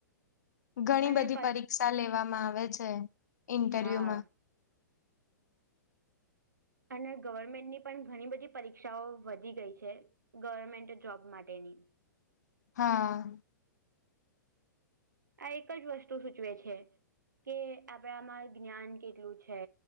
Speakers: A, on the left (about 65°); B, on the right (about 75°).
A: ઘણી
B: અને
A: બધી
B: પર
A: પરી પરીક્ષા લેવામાં આવે છે ઇન્ટરવ્યુ
B: હા
A: માં.
B: અને ગવર્મેન્ટની પણ ઘણી બધી પરીક્ષાઓ વધી ગઈ છે. ગવર્મેન્ટલ જોબ માટેની
A: હા.
B: આ એક જ વસ્તુ સૂચવે છે કે આપણામાં જ્ઞાન કેટલું છે?